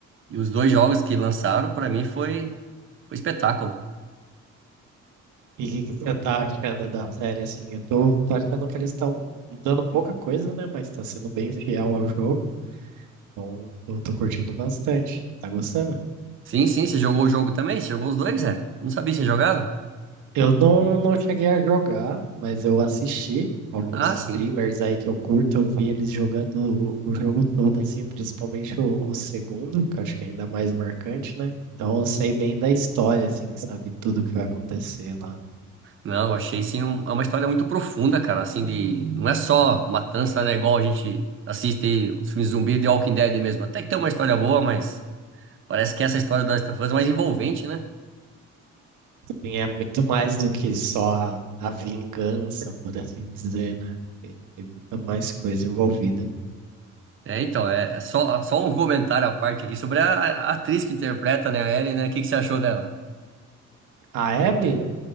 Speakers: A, on the right; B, on the right.
A: E os dois jogos que lançaram, pra mim, foi, foi espetáculo.
B: E o que que você tá achando da série, assim? Eu tô, tô achando que eles estão mudando pouca coisa, né? Mas tá sendo bem fiel ao jogo. Então, eu tô curtindo bastante. Tá gostando?
A: Sim, sim, você jogou o jogo também? Você jogou os dois, é? Não sabia que tinha jogado?
B: Eu não, não cheguei a jogar, mas eu assisti alguns
A: Ah,
B: streamers
A: sim.
B: aí que eu curto. Eu vi eles jogando o, o jogo todo, assim, principalmente o, o segundo, que eu acho que é ainda mais marcante, né? Então, eu sei bem da história, assim, sabe? Tudo que vai acontecer lá.
A: Não, achei sim um- é uma história muito profunda, cara, assim, de. Não é só matança, né? Igual a gente assiste os filmes zumbi de Walking Dead mesmo. Até que tem uma história boa, mas parece que essa história do Last of Us é mais envolvente, né?
B: Sim, é muito mais do que só a, a vingança, por assim dizer, né? Tem, tem muita mais coisa envolvida.
A: É, então, é, é só, só um comentário à parte aqui sobre a, a atriz que interpreta, né, a Ellie, né? O que, que você achou dela?
B: A Abby,